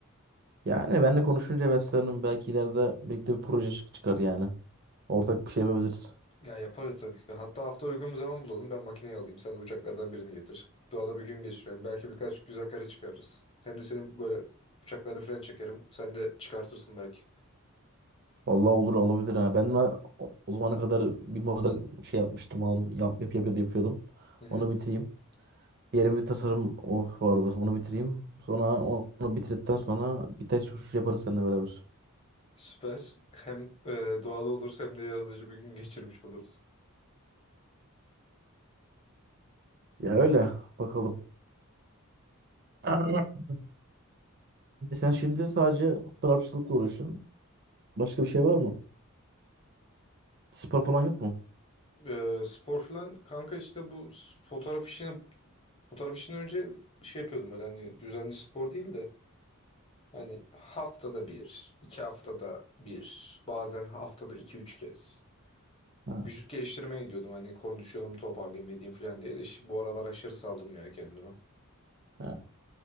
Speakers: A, on the right; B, on the left.
A: Yani benle konuşunca heveslendim. Belki ileride birlikte bir proje çık- çıkar yani. Ortak bir şey yapabiliriz.
B: Ya yaparız tabii ki de. Hatta hafta uygun bir zaman bulalım. Ben makineyi alayım. Sen de uçaklardan birini getir. Doğada bir gün geçirelim. Belki birkaç güzel kare çıkarırız. Hem de senin böyle uçaklarını falan çekerim. Sen de çıkartırsın belki.
A: Vallahi olur olabilir ha. Ben de o, o zamana kadar bir moda şey yapmıştım. al- Yap, yap, yap, yapıyordum.
B: Hı hı.
A: Onu bitireyim. Diğer bir tasarım o vardı. Onu bitireyim. Sonra onu bitirdikten sonra bir test uçuşu yaparız seninle beraber.
B: Süper. <laughs> Hem e, doğada oluruz hem de yaratıcı bir gün geçirmiş oluruz.
A: Ya öyle. Bakalım. <clears throat> E Sen şimdi sadece tarafçılıkla uğraşıyorsun. Başka bir şey var mı? Spor falan yok mu?
B: E, spor falan kanka işte bu s- fotoğraf işine fotoğraf işini önce şey yapıyordum öyle hani düzenli spor değil de hani haftada bir, iki haftada bir, bazen haftada iki üç kez.
A: Ha,
B: vücut geliştirmeye gidiyordum. Hani kondisyonumu toparlayayım edeyim falan diye de işte bu aralar aşırı saldım ya kendime.
A: ha.